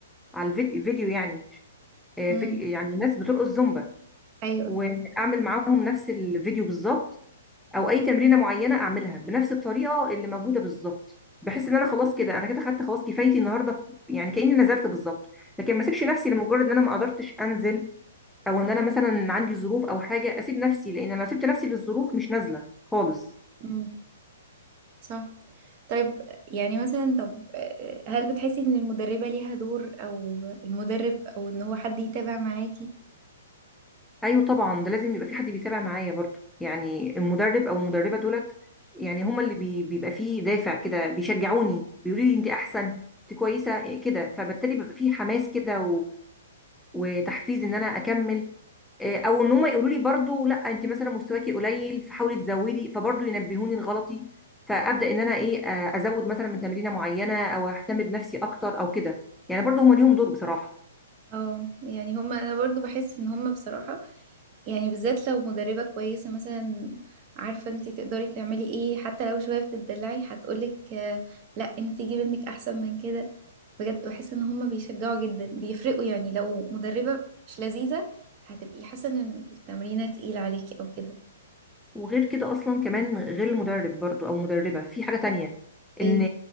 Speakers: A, in the centre; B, on the right.
A: على الفيديو يعني آه،
B: امم
A: فيديو يعني ناس بترقص زومبا
B: ايوه
A: واعمل معاهم نفس الفيديو بالظبط او اي تمرينه معينه اعملها بنفس الطريقه اللي موجوده بالظبط بحس ان انا خلاص كده انا كده خدت خلاص كفايتي النهارده يعني كاني نزلت بالظبط لكن ما اسيبش نفسي لمجرد ان انا ما قدرتش انزل او ان انا مثلا عندي ظروف او حاجه اسيب نفسي لان انا لو سبت نفسي للظروف مش نازله خالص
B: امم صح طيب يعني مثلا طب هل بتحسي ان المدربه ليها دور او المدرب او ان هو حد يتابع معاكي
A: ايوه طبعا ده لازم يبقى في حد بيتابع معايا برضو يعني المدرب او المدربه دولت يعني هما اللي بي بيبقى فيه دافع كده بيشجعوني بيقولوا لي انت احسن انت كويسه إيه كده فبالتالي بيبقى فيه حماس كده وتحفيز ان انا اكمل آه، او ان هم يقولوا لي برضو لا انت مثلا مستواكي قليل فحاولي تزودي فبرضو ينبهوني لغلطي فابدا ان انا ايه آه، ازود مثلا من تمرينه معينه او اهتم بنفسي اكتر او كده يعني برضو هم ليهم دور بصراحه
B: اه يعني هما انا برضو بحس ان هما بصراحة يعني بالذات لو مدربة كويسة مثلا عارفة انتي تقدري تعملي ايه حتى لو شوية بتدلعي هتقولك آه، لا انتي جيبي ابنك احسن من كده بجد بحس ان هما بيشجعوا جدا بيفرقوا يعني لو مدربة مش لذيذة هتبقي حاسة ان التمرينة تقيلة عليكي او كده
A: وغير كده اصلا كمان غير المدرب برضو او مدربه في حاجه تانية ان
B: ايه